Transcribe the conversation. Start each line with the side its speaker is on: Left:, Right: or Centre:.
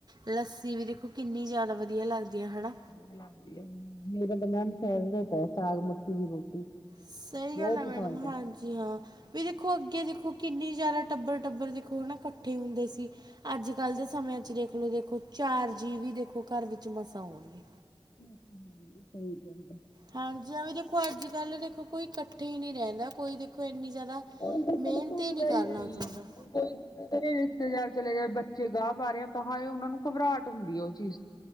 Right: ਲੱਸੀ ਵੀ ਦੇਖੋ, ਕਿੰਨੀ ਜ਼ਿਆਦਾ ਵਧੀਆ ਲੱਗਦੀ ਆ, ਹੈਨਾ।
Left: ਬਣਾਦੀ ਐ ਮੇਰਾ ਤੇ ਮੈਮ, ਫੇਵਰੇਟ ਐ ਸਾਗ-ਮੱਕੀ ਦੀ ਰੋਟੀ।
Right: ਸਈ
Left: ਬਹੁਤ
Right: ਗੱਲ ਐ
Left: ਪਸੰਦ
Right: ਮੈਡਮ
Left: ਹੈ।
Right: ਹਾਂਜੀ ਹਾਂ। ਵੀ ਦੇਖੋ ਅੱਗੇ ਦੇਖੋ ਕਿੰਨੀ ਜਾਦਾ ਟੱਬਰ-ਟੱਬਰ ਦੇਖੋ ਹੈਨਾ ਕੱਠੇ ਹੁੰਦੇ ਸੀ। ਅੱਜ ਕੱਲ ਦੇ ਸਮੇ ਚ ਦੇਖਲੋ, ਦੇਖੋ ਚਾਰ ਜੀ ਵੀ ਦੇਖੋ ਕੱਰ ਵਿੱਚ ਮਸਾਂ ਹੋਣਗੇ।
Left: ' <inaudible> ' ਸਈ ਗੱਲ ਐ।
Right: ਹਾਂਜੀ, ਐਵੇਂ ਦੇਖੋ, ਅੱਜ-ਕੱਲ੍ਹ ਦੇਖੋ, ਕੋਈ ਕੱਠੇ ਹੀ ਨਹੀਂ ਰਹਿੰਦਾ ਕੋਈ ਦੇਖੋ ਕੋਈ ਐਨੀ ਜ਼ਿਆਦਾ
Left: ' <inaudible> '
Right: ਮਿਹਨਤ ਹੀ
Left: ਲੜਾਈ
Right: ਨਹੀਂ ਕਰਨਾ
Left: ਹੋਈ
Right: ਚਾਹੁੰਦਾ
Left: ਕੋਈ ' <inaudible> ' ਰਿਸ਼ਤੇਦਾਰ ਚਲੇ ਗਏ, ਬੱਚੇ ਗਾਹ ਪਾ ਰਿਹਾ ਤਾਂ ਹਾਂ, ਉਹਨਾ ਨੂੰ ਘਬਰਾਹਟ ਹੁੰਦੀ ਹੈ, ਓ ਚੀਜ਼